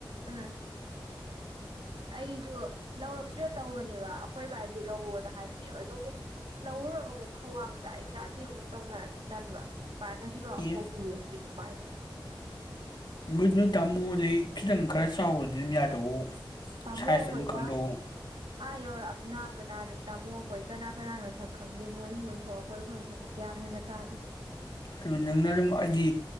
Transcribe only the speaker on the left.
ꯑꯦ ꯃꯣꯏꯗ ꯇꯥꯃꯣꯗꯩ ꯈꯤꯇꯪ ꯈꯔ ꯆꯥꯎꯕꯗꯤ ꯑꯗꯨꯝ ꯌꯥꯗꯧ
ꯁꯥꯏ
ꯑꯗꯨꯝ ꯈꯪꯗꯣꯛꯎ
ꯑꯗꯨ ꯅꯪꯅ ꯑꯗꯨꯝ ꯑꯩꯗꯤ